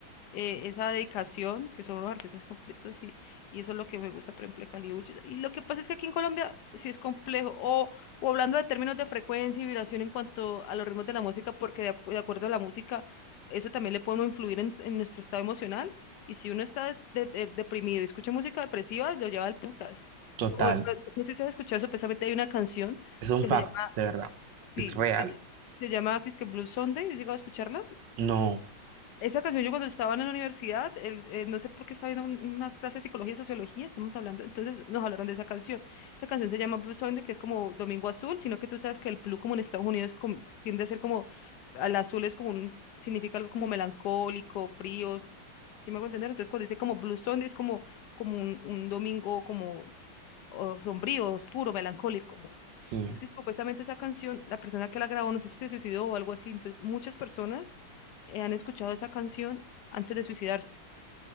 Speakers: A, on the left; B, on the right.
A: eh, esa dedicación, que son los artistas completos, y, y eso es lo que me gusta, por ejemplo, de Kali Y lo que pasa es que aquí en Colombia sí es complejo, o, o hablando de términos de frecuencia y vibración en cuanto a los ritmos de la música, porque de, acu- de acuerdo a la música, eso también le puede uno influir en, en nuestro estado emocional, y si uno está de- de- deprimido y escucha música depresiva, lo lleva al putas.
B: total,
A: O, no, no sé si has escuchado eso, precisamente hay una canción
B: es un
A: que
B: facto,
A: se llama,
B: de verdad,
A: sí,
B: es real.
A: se, ll- se llama que es que Blue Sunday, ¿has llegado a escucharla?
B: No,
A: Esa canción yo cuando estaba en la universidad, el- eh, no sé por qué estaba viendo un- una clase de psicología y sociología, estamos hablando, entonces nos hablaron de esa canción. Esa canción se llama Blue Sunday, que es como Domingo Azul, sino que tú sabes que el blue como en Estados Unidos com- tiende a ser como, al azul es como un, significa algo como melancólico, frío, ¿sí me hago entender? Entonces cuando dice como Blue Sunday es como, como un, un domingo como o sombrío, oscuro, melancólico.
B: sí,
A: Es que supuestamente esa canción, la persona que la grabó, no sé si se suicidó o algo así, entonces muchas personas eh, han escuchado esa canción antes de suicidarse